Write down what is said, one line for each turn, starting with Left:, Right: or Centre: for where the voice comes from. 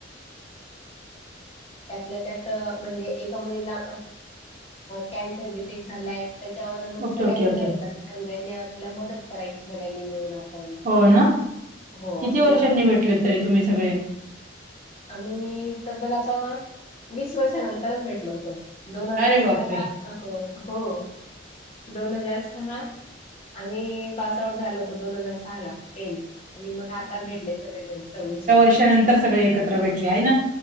Left: त्यातल्या त्यात म्हणजे एका मुलीला कॅन्सर डिटेक झालाय त्याच्यावर मग
Right: ओके
Left: सगळ्यांनी
Right: ओके ओके
Left: ठरवलं की सगळ्यांनी तिला मदत करायची सगळ्यांनी मिळून आपण.
Right: हो
Left: हां.
Right: ना
Left: हो,
Right: किती
Left: तिला
Right: वर्षांनी भेटले हो तरी तुम्ही सगळे?
Left: आम्ही तब्बल आता वीस वर्षानंतरच भेटल होतो दोन हजार
Right: अरे
Left: सहा
Right: बापरे
Left: ला हो हो दोन हजार सहा आम्ही पास आऊट झालो होतो दोन हजार सहा ला टेन्ट. आणि मग आता भेटले सगळे जण सव्वीस ला.
Right: त्याच्या नंतर सगळे एकत्र भेटले हाय ना?